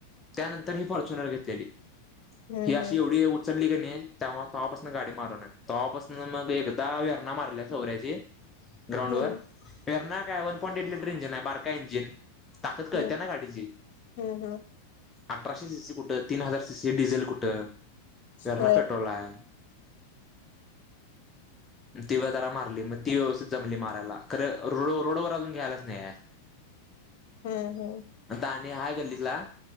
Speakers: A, on the left (about 15°); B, on the left (about 45°).
A: त्यानंतर ही फॉर्च्युनर घेतलेली
B: हम्म
A: ही
B: हम्म
A: अशी एवढी उचलली की नाही त्यामुळे तपासून गाडी मारून न तपासन मग एकदा वेरणा मारलाय सौर्याची. ग्राउंड
B: हम्म
A: वर फेरणार काय one point eight litre engine आहे बारका इंजिन. ताकद कळत्या
B: हम्म
A: ना गाडीची.
B: हम्म हम्म
A: अठराशे सीसी कुठं तीन हजार सीसी डिझेल कुठं वेरणा
B: होय
A: पेट्रोल आहे. <inaudible> ती व जरा मारली मग ती व्यवस्थित जमली मारायला खरं रोड रोडवर अजून घ्यायलाच नाही आहे.
B: हम्म हम्म.
A: आता आणि हाय गल्ली तला.